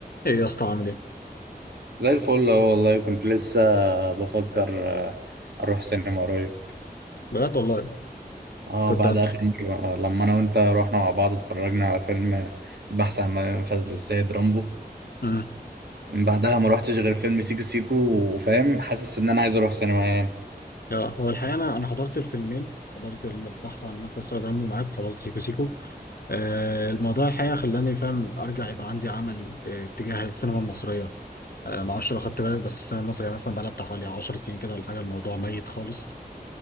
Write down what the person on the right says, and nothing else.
زي الفل اهو والله كنت لسه بفكر آه، اروح سينما قريب
اه
بعد
اخر مرة آه، لما انا وانت رحنا مع بعض اتفرجنا على فيلم آه، البحث عن منفذ للسيد رامبو
من بعدها ما روحتش غير فيلم سيكو سيكو وفاهم حاسس ان انا عايز اروح سينما يعني